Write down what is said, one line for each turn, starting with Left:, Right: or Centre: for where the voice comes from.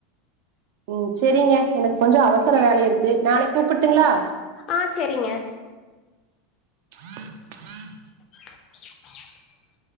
Right: ம் செரிங்க எனக்கு கொஞ்சோ அவசர வேலை இருக்கு நாளைக்கு கூப்புட்டுங்ளா
Left: ஆ செரிங்க
Right: <inaudible>
Left: <inaudible>